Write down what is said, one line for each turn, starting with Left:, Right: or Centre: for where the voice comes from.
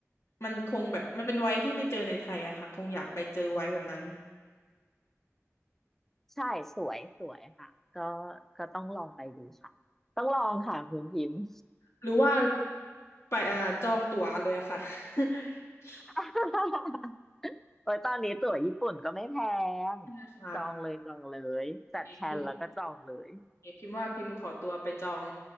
Left: มันคงแบบมันเป็นไว้ที่ไม่เจอในไทยอะค่ะคงอยากไปเจอไว้แบบนั้น
Centre: ใช่สวยสวยค่ะก็ก็ต้องลองไปดูค่ะต้องลองค่ะคุณพิมพ์
Left: หรือว่าไปเอ่อจองตั๋วเลยอะค่ะ <laughs>
Centre: <laughs> โอ้ยตอนนี้ตั๋วญี่ปุ่นก็ไม่แพง
Left: ใช่ค่ะ
Centre: จองเลยจองเลยจัดแพลนแล้วก็จองเลย
Left: โอเคพิมพ์โอเคพิมพ์ว่าพิมพ์ขอตัวไปจอง